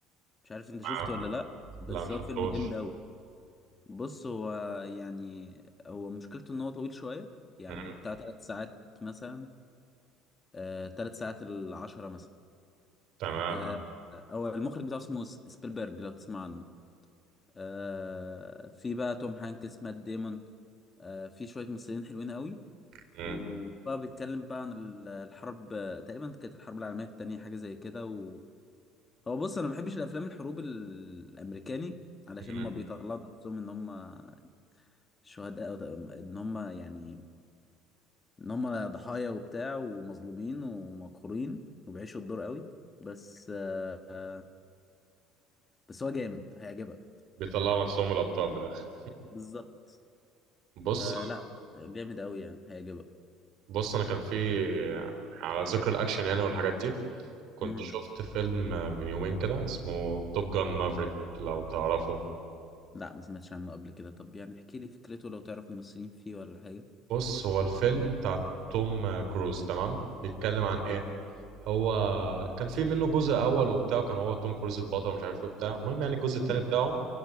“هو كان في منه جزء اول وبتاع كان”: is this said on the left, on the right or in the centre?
Right